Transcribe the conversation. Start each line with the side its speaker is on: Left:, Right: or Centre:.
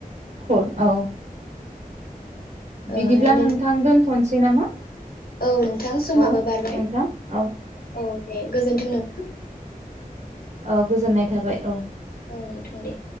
Right: हर औ। बिदिब्ला
Left: ओ नों
Right: नोंथां दोन्थ'नसो सै नामा?
Left: औ नोंथां समाबो
Right: औ
Left: बारबाय
Right: नोंथां औ
Left: औ दे गोजोन्थों नों <inaudible>
Right: औ गोजोननाय थाबाय औ।
Left: औ नोंथां दे।